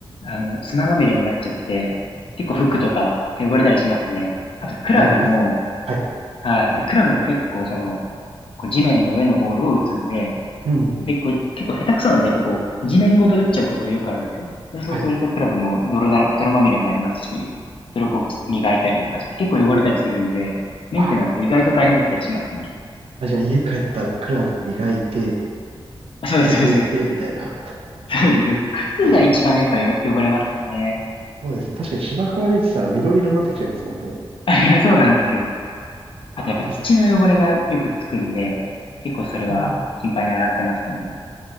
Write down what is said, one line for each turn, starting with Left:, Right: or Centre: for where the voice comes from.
Left: あの、砂まみれになっちゃって、結構服とか汚れたりしますね。
Right: ま
Left: あと、クラブも、
Right: あ、やっぱ、はい。
Left: はい。で、クラブも結構、その、こう地面の上のボールを打つんで、
Right: うん。
Left: で、こう、結構下手くそなので、やっぱこう、地面ごと打っちゃうことがよくあるんですよ。で、そうすると、
Right: はい。
Left: クラブも泥だら、泥まみれになりますし、それをこう、き磨いたりとかして、結構汚れたりするんで、メンテナンスは意外と大変だったりしますね。
Right: あ、じゃあ家帰ったらクラブ磨いて、
Left: あそうです、
Right: 靴拭いて、
Left: そうです、そうです。
Right: みたいな。
Left: そうです。そうです靴が一番やっぱよ汚れますかね。
Right: あ、じゃあ、そうですね。確かに芝生歩いてたら緑色になってきちゃいますもんね。
Left: <laughs> そうなんですよ。あとやっぱ土の汚れがよくつくんで、
Right: ああ、確か
Left: 結構それは頻繁に洗ってますね。
Right: に。うん